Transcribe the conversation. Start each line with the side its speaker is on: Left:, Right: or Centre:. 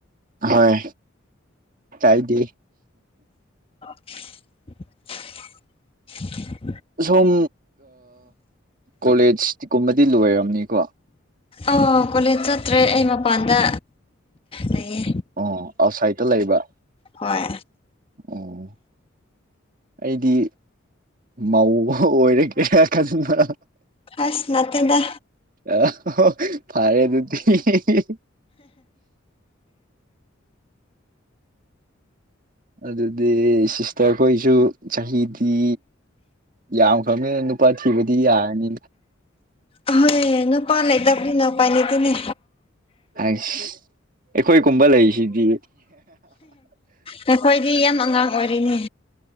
Right: ꯍꯣꯏ ꯇꯥꯏꯗꯤ
Left: <unintelligible>
Right: ꯁꯣꯝ ꯀꯣꯂꯦꯖꯀꯨꯝꯕꯗꯤ ꯂꯣꯏꯔꯕꯝꯅꯤꯀꯣ
Left: ꯑ ꯀꯣꯂꯦꯖ ꯆꯠꯇ꯭ꯔꯦ ꯑꯩ ꯃꯄꯥꯟꯗ ꯂꯩꯌꯦ
Right: ꯑꯣ ꯑꯥꯎꯠꯁꯥꯏꯠꯇ ꯂꯩꯕ
Left: ꯍꯣꯏ
Right: ꯑꯣ ꯑꯩꯗꯤ ꯃꯧ ꯑꯣꯏꯔꯒꯦ ꯈꯖꯕ
Left: ꯑꯁ ꯃꯦꯗꯥ
Right: ꯑ ꯐꯥꯔꯦꯗꯨꯗꯤꯤ ꯑꯗꯨꯗꯤ ꯁꯤꯁꯇꯔꯈꯣꯏꯁꯨ ꯆꯍꯤꯗꯤ ꯌꯥꯝꯈ꯭ꯔꯕꯅꯤ ꯅꯨꯨꯄꯥ ꯊꯤꯕꯗꯤ ꯌꯥꯔꯅꯤ
Left: ꯑꯍꯣꯏ ꯅꯨꯄꯥ ꯂꯩꯇꯕꯒꯤ ꯅꯄꯥꯥꯏ ꯂꯩꯇꯣꯏꯅꯦ
Right: ꯑꯁ ꯑꯩꯈꯣꯏꯒꯨꯝꯕ ꯂꯩꯁꯤꯗꯤ
Left: ꯑꯩꯈꯣꯏꯗꯤ ꯌꯥꯝ ꯑꯉꯥꯡ ꯑꯣꯏꯔꯤꯅꯤ